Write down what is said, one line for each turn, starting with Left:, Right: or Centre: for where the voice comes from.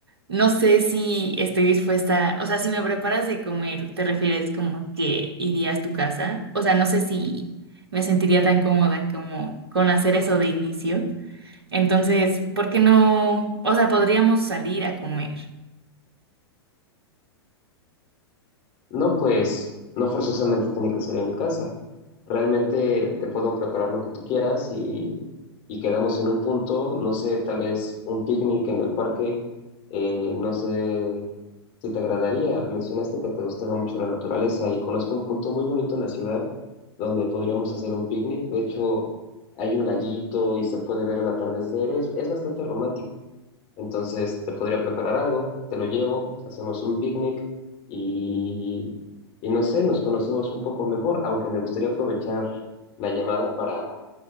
Right: no sé si estoy dispuesta, o sea, si me preparas de comer, ¿te refieres como que irías a tu casa? O sea, no sé si me sentiría tan cómoda como con hacer eso de inicio. Entonces, ¿por qué no? O sea, podríamos salir a comer.
Left: No, pues no forzosamente tiene que ser en mi casa. Realmente te puedo preparar lo que tú quieras y, y quedamos en un punto, no sé, tal vez un picnic en el parque, eh, no sé si te agradaría. Mencionaste que te gustaba mucho la naturaleza y conozco un punto muy bonito en la ciudad donde podríamos hacer un picnic. De hecho, hay un laguito y se puede ver el atardecer. Es, es bastante romántico. Entonces te podría preparar algo, te lo llevo, hacemos un picnic y, y no sé, nos conocemos un poco mejor, aunque me gustaría aprovechar la llamada para,